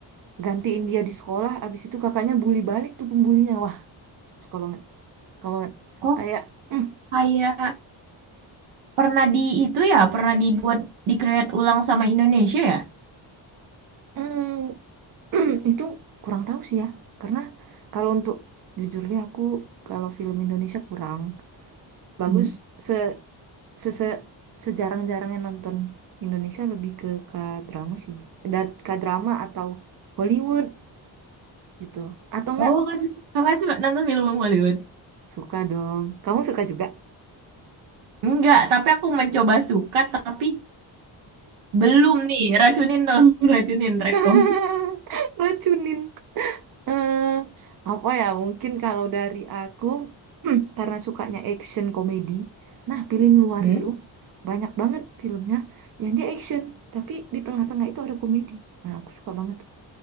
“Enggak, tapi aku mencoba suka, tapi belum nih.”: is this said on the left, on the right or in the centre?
Right